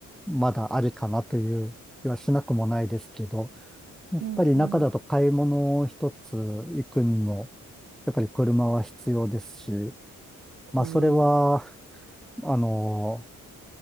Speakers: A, in the centre; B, on the right (about 60°).
A: まだありかなという気はしなくもないですけど、やっぱり中だと買い物一つ行くにも、
B: うん、うん。
A: やっぱり車は必要ですし、まあそれは、
B: うん。
A: あの、